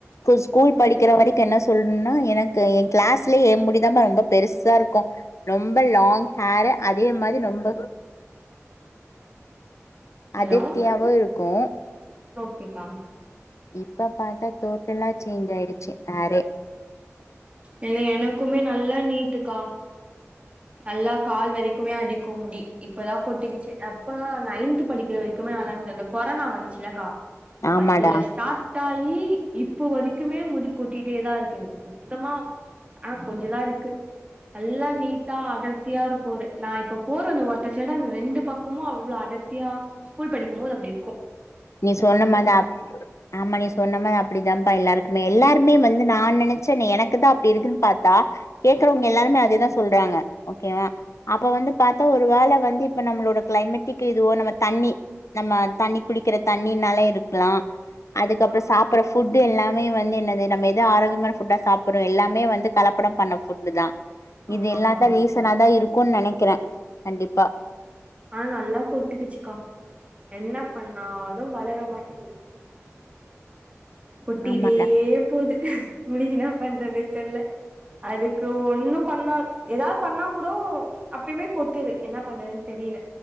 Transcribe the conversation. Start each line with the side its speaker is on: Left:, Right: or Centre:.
Left: இ ஸ்கூல்
Right: புரியுதுக்கா
Left: படிக்கிற வரைக்கும் என்ன சொல்லும்னா எனக்கு என் கிளாஸ்லயே ஏ முடிதான் ரொம்ப பெருசா இருக்கும் ரொம்ப லாங் ஹேர் அதே மாதிரி ரொம்ப
Right: ஹலோ
Left: அடர்த்தியாவும் இருக்கும்
Right: கேப்பா
Left: இ இப்ப பார்த்தா டோட்டலா சேஞ்ச் ஆயிடுச்சு ஹேறே
Right: இல்ல எனக் க்குமே நல்லா நீட்டுக்கா நல்லா கால் வரைக்குமே அடிக்கும் முடி இப்பதான் கொட்டுக்கிச்சு அப்பல்லாம் நான் நையன்த் படிக்கிற வரைக்குமே நல்லா இருந்துச்சு இந்த கொரோனா வந்துச்சுலக்கா
Left: ஆமாடா
Right: அதுல ஸ்டார்ட் ட் ஆயி இப்போ வரைக்குமே முடி கொட்டிட்டேதான் இருக்கு எங்களுக்கு சுத்தமா ஆனா கொஞ்சதான் இருக்கு நல்லா நீட்டா அடர்த்தியா இருக்கும் ஒரு நான் இப்ப போற அந்த ஒத்த சடை அந்த ரெண்டு பக்கமும் அவ்வளவு அடர்த்தியா ஸ்கூல் படிக்கும் போது அப்படி இருக்கும்
Left: நீ சொன்ன மாதிரிதான் ஆமா நீ சொன்ன மாிரி அப்டித்தான்ப்பா எல்லாருக்குமே எல்லாருமே வந்து நான் நினைச்சே நீ எனக்கு தான் அப்டி இருக்குன் பாத்தா கேக்கறவங்க எல்லாருமே அதேதான் சொல்றாங்க ஓகேவா அப்ப வந்து பாத்தா ஒரு வேள வந்து இப்ப நம்மளோட கிளைமேட்டிக்கு இதுவோ நம்ம தண்ணி நம்ம தண்ணி குளிக் கிற தண்ணினால இருக்கலாம் அதுக்கப்புறம்
Right: ஓகே
Left: சாப்படற ஃபுட்டு எல்லாமே வந்து என்னது நம்ம எதும் ஆரோக்கியமான ஃபுட்டா சாப்பறோம் எல்லாமே வந்து கலப்படம் பண்ண ஃபுட்டு தான்
Right: ஆமாக்கா
Left: இது எல்லாம் தான் ரீசனா தான் இருக் க்குன் நெனக்கிறே கண்டிப்பா
Right: ஆனா நல்லா கொட்டுக்குச்சுக்கா என்ன பண்ணாலும் வளர மாட்டிக்குது கொட்டிகிட்டே
Left: ஆமாடா
Right: போது முடிக்கினா என்ன பண்றதே தெர்ல அதுக் கு ஒண்ணும் பண்ணா எதாவது பண்ணா கூட அப்பயுமே கொட்டுது என்ன பண்றதுன்னு தெரியல